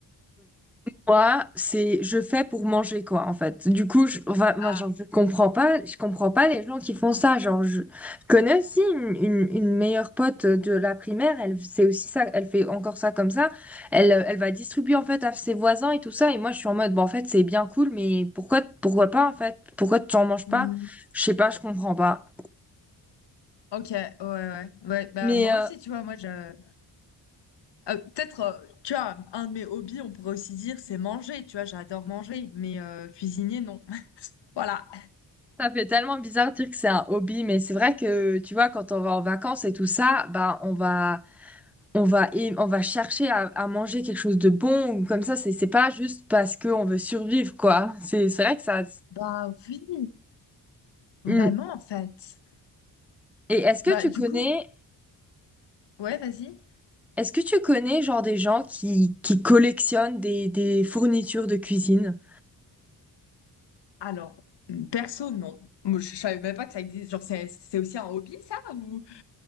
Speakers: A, in the centre; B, on the left (about 70°).
A: Moi, c'est je fais pour manger quoi en fait. Du coup, je, enfin, moi
B: Ah,
A: genre, je comprends pas, je comprends pas les gens qui font ça. Genre, je connais aussi une, une, une meilleure pote de la primaire, elle c'est aussi ça, elle fait encore ça comme ça. Elle euh, elle va distribuer en fait à ses voisins et tout ça. Et moi, je suis en mode bon en fait c'est bien cool, mais pourquoi pourquoi pas en fait? Pourquoi tu en manges
B: hmm,
A: pas? Je sais pas, je comprends pas.
B: ok, ouais, ouais. Ouais, bah,
A: Mais
B: moi
A: euh,
B: aussi, tu vois, moi, je. Euh, peut-être, euh, tu vois, un de mes hobbies, on pourrait aussi dire, c'est manger, tu vois, j'adore manger, mais euh, cuisiner, non. <laughs> Voilà.
A: ça fait tellement bizarre de dire que c'est un hobby, mais c'est vrai que tu vois quand on va en vacances et tout ça, bah on va on va aim- on va chercher à, à manger quelque chose de bon ou comme ça c'est c'est pas juste parce que on veut survivre quoi c'est c'est vrai que ça
B: Bah oui, vraiment
A: Hmm.
B: en fait.
A: Et est-ce que
B: Bah
A: tu
B: du
A: connais
B: coup, ouais, vas-y.
A: est-ce que tu connais genre des gens qui qui collectionnent des des fournitures de cuisine
B: Alors, perso, non. Moi, je, je savais même pas que ça existe. Genre, c'est c'est aussi un hobby, ça, ou...